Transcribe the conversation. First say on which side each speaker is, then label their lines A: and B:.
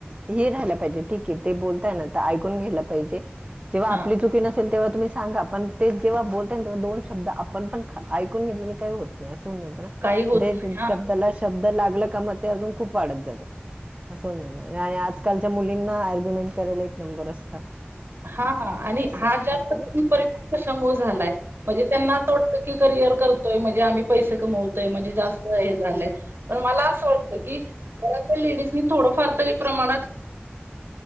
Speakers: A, on the right (about 25°); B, on the right (about 60°).
A: हे राहिला पाहिजे. ठीके ते बोलताय ना ऐकून घ्यायला पाहिजे. जेव्हा
B: हां.
A: आपली चुकी नस तेन तेव्हा तुम्ही सांगा. पण तेच जेव्हा बोलता तेव्हा दोन शब्द आपण पण ऐकून घेतलेने काही होत नसत ना.
B: काही होत
A: ते
B: नाही.
A: शब्दाला शब्द लागला का मग ते अजून खूप वाढत जात. <unintelligible> आणि आजकालच्या मुलींना आर्ग्युमेंट करायला एक नंबर अस
B: हा आणि हा
A: हां,
B: जास्त परिणाम कशा मुळ झालाय?
A: आणि
B: म्हणजे त्यांना अस वाटत की करियर करतोय. म्हणजे आम्ही पैसे कमवतोय. म्हणजे जास हे झालंय. पण मला असं वाटत की, घरल्या लेडीजनी थोडंफार तरी प्रमाणात <inaudible>